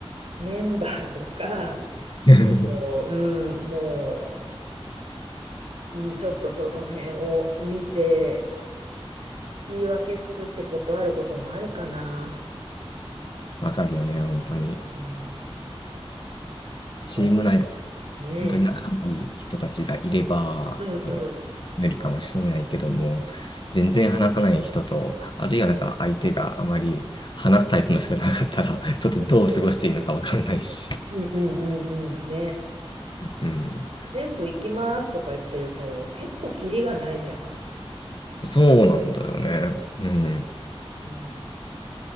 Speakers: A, on the right; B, on the left.
A: メンバーとか、
B: <laughs>
A: あと、うん、もう、うんちょっとその辺を見て、言い訳作って断ることもあるかな。
B: わかるよね、本当に。
A: うん、
B: チーム内で、
A: だってね。
B: 本当に仲いい人たちがいれば、
A: うんうん。
B: あの、見えるかもしれないけども、全然話さない人と、あるいはなんか相手があまり話すタイプの人じゃなかったら、ちょっとどう過ごしていいのかわかんないし。
A: うんうんうんうん。ね。
B: うん。
A: 全部行きますとか言ってると、結構キリがないじゃん。
B: そうなんだよね。うん。
A: うん。